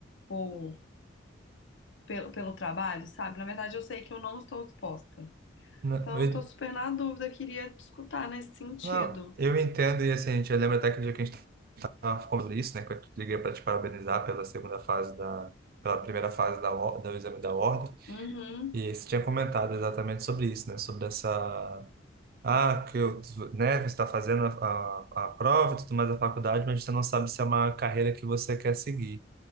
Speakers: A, on the left; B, on the right.
A: por, pelo, pelo trabalho, sabe? Na verdade, eu sei que eu não estou disposta.
B: Não,
A: Então,
B: eu,
A: eu tô super na dúvida, eu queria te escutar nesse sentido.
B: não, eu entendo, e assim, a gente lembra até que dia que a gente estava falando isso, né? Que eu te liguei para te parabenizar pela segunda fase da, pela primeira fase da, or- do exame da ordem.
A: Uhum,
B: E você tinha comentado exatamente sobre isso, né? Sobre essa Ah, que eu, né, você está fazendo a, a, a prova e tudo mais da faculdade, mas você não sabe se é uma carreira que você quer seguir.